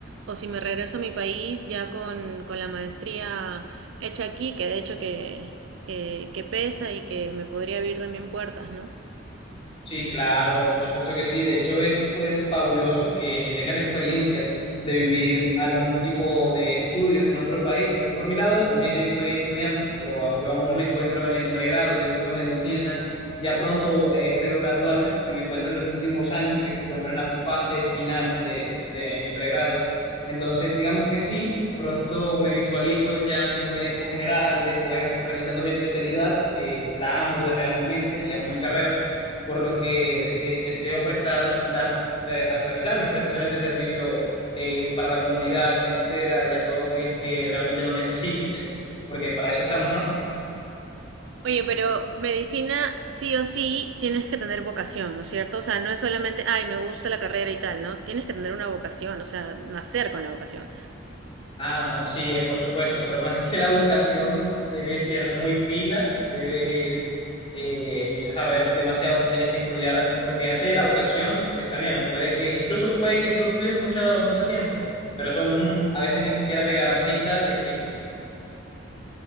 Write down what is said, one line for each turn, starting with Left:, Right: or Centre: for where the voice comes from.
Right: o si me regreso a mi país ya con, con la maestría hecha aquí, que de hecho que, que, que pesa y que me podría abrir también puertas, ¿no?
Left: Sí, claro, por supuesto que sí. De hecho, eso es fabuloso que tengas la experiencia de vivir algún tipo de estudios en otro país. Yo, por mi lado, también estoy estudiando, pero a- yo aún me encuentro en el pregrado. Yo estudio medicina. Ya pronto eh, espero graduarme porque me encuentro en los últimos años, me encuentro en la fase final de, de mi pregrado. Entonces, digamos que sí, pronto me visualizo ya como médico general, después realizando mi especialidad, que la amo de realmente y amo mi carrera por lo que eh, deseo prestar las, eh, a realizar mis prestaciones de servicio eh, para la comunidad entera y a todo aquel que realmente lo necesite, porque para eso estamos, ¿no?
Right: Oye, pero medicina sí o sí tienes que tener vocación, ¿no es cierto? O sea, no es solamente, ay, me gusta la carrera y tal, ¿no? Tienes que tener una vocación, o sea, nacer con la vocación.
Left: Ah, no, sí, es por supuesto, pero <laughs> más que la vocación debe ser muy pila, debes eh, saber demasiado, tienes que estudiar, porque antes de la vocación está bien, puede que, incluso puede que estudies mucho, mucho tiempo, pero eso mm, a veces ni siquiera te garantiza de que